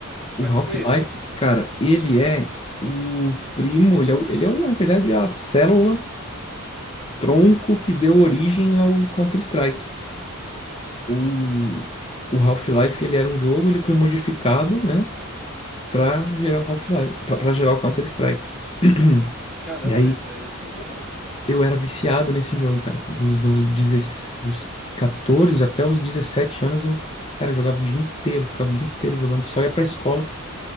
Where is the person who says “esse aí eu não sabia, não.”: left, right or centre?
Centre